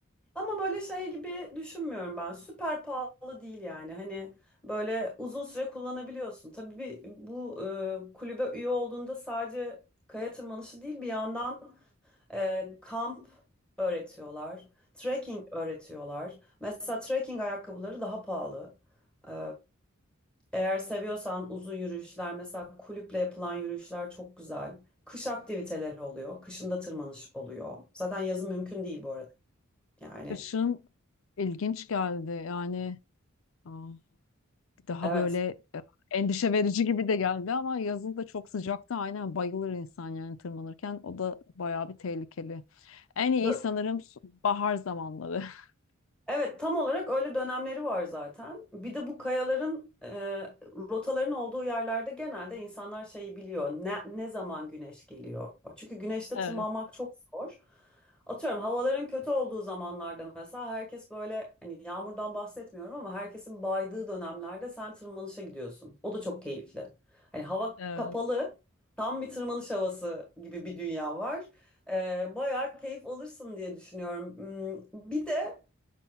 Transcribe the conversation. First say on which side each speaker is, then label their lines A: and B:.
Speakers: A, in the centre; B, on the left.
A: Ama böyle şey gibi düşünmüyorum ben. Süper pahalı değil yani. Hani böyle uzun süre kullanabiliyorsun. Tabii bir, bu e, kulübe üye olduğunda sadece kaya tırmanışı değil bir yandan Ee, kamp öğretiyorlar. Trekking öğretiyorlar. Mesela trekking ayakkabıları daha pahalı. Ee, eğer seviyorsan uzun yürüyüşler, mesela kulüple yapılan yürüyüşler çok güzel. Kış aktiviteleri oluyor. Kışında tırmanış oluyor. Zaten yazın mümkün değil bu arada. Yani
B: Kışın ilginç geldi yani. Aa, Daha
A: evet.
B: böyle e, endişe verici gibi de geldi ama yazın da çok sıcakta aynen bayılır insan yani tırmanırken. O da bayağı bir tehlikeli. En iyi
A: Bö-
B: sanırım su- bahar zamanları. <laughs>
A: Evet, tam olarak öyle dönemleri var zaten. Bir de bu kayaların e, rotaların olduğu yerlerde genelde insanlar şeyi biliyor. Ne, ne zaman güneş geliyor? Çünkü güneşte
B: Evet,
A: tırmanmak çok zor. Atıyorum havaların kötü olduğu zamanlarda mesela herkes böyle hani yağmurdan bahsetmiyorum ama herkesin baydığı dönemlerde sen tırmanışa gidiyorsun. O da çok keyifli. Hani hava
B: evet,
A: kapalı, tam bir tırmanış havası gibi bir dünya var. E, bayağı keyif alırsın diye düşünüyorum. Hmm, Bir de